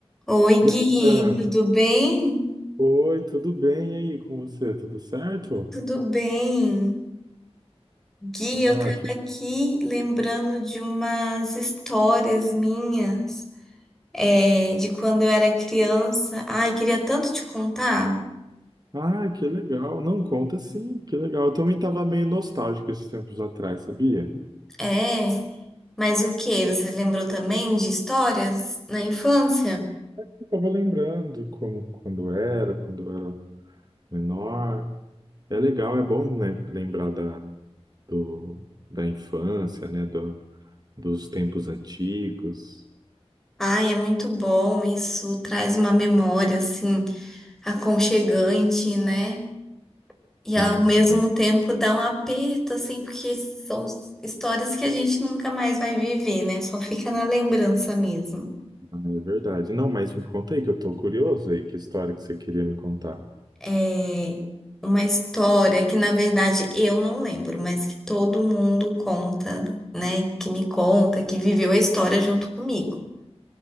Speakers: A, in the centre; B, on the right.
A: Oi,
B: E
A: Gui,
B: aí, tá?
A: tudo bem?
B: Oi, tudo bem? E aí, com você? Tudo certo?
A: Tudo bem. Gui,
B: Ah,
A: eu tava
B: que,
A: aqui lembrando de umas histórias minhas, é, de quando eu era criança. Ai, queria tanto te contar.
B: ah, que legal. Não, conta sim, que legal. Eu também estava meio nostálgico esses tempos atrás, sabia?
A: É, mas o que? Você lembrou também de histórias na infância?
B: Eu tava lembrando como quando era, quando eu era menor. É legal, é bom lem- lembrar da, do, da infância, né? Do, dos tempos antigos.
A: Ai, é muito bom, isso traz uma memória, assim, aconchegante, né? E
B: Sim,
A: ao mesmo
B: sim.
A: tempo dá um aperto, assim, porque são histórias que a gente nunca mais vai viver, né? Só fica na lembrança mesmo.
B: Ah, é verdade. Não, mas me conta aí que eu tô curioso aí, que história que você queria me contar.
A: É uma história que, na verdade, eu não lembro, mas que todo mundo conta, né? Que me conta, que viveu a história junto comigo.